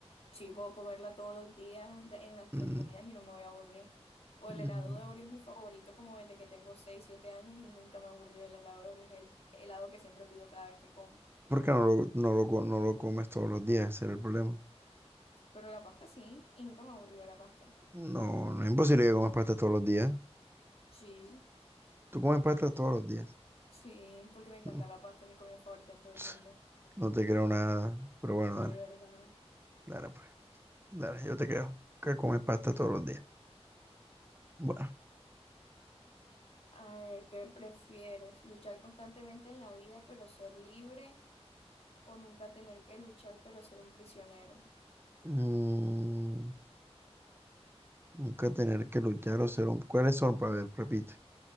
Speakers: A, on the left (about 65°); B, on the right (about 20°).
A: Sí, puedo comerla todos los días de- en las
B: Mm.
A: tres comidas y no me voy a aburrir. O
B: Mm,
A: el helado de Oreo es mi favorito como desde que tengo 6 7 años y nunca me aburrió el helado de Oreo. Es el helado que siempre pido cada vez que como.
B: Porque no lo, no lo, co- no lo comes todos los días, ese es el problema.
A: Pero la pasta sí, y nunca me aburrió la pasta.
B: No, no es imposible que comas pasta todos los días.
A: Sí,
B: Tú comes pasta todos los días.
A: sí, porque me encanta
B: Mm,
A: la pasta, es mi comida favorita en todo el
B: ps,
A: mundo.
B: No te creo nada, pero bueno,
A: De
B: dale,
A: verdad.
B: dale pues, dale, yo te creo que comes pasta todos los días. Bueno,
A: A ver, ¿qué prefieres? ¿Luchar constantemente en la vida pero ser libre o nunca tener que luchar pero ser un prisionero?
B: mm, nunca tener que luchar o ser un... ¿Cuáles son? Para ver, repite.